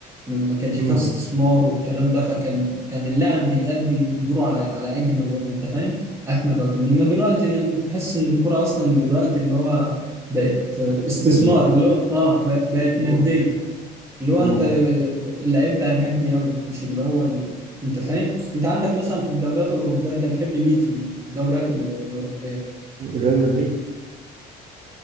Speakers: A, on the right; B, on the right.
A: ما ما كانش
B: امم
A: فيها استثمار والكلام ده فكان كان اللاعب بيأدي دوره على على اجمل و- انت فاهم اكمل وجه انما دلوقتي انا تحس ان الكوره اصلا دلوقتي اللي هو بقت استثمار
B: بيزنس
A: اللي هو اه ب- بقت ماديه
B: مم.
A: اللي هو
B: مم.
A: انت اللعيب بقى مادي قوي مش اللي هو ال... انت فاهم انت عندك مثلا في الدوريات الاوروبيه انت بتحب مين في الدوريات الاوروبيه
B: ريال مدريد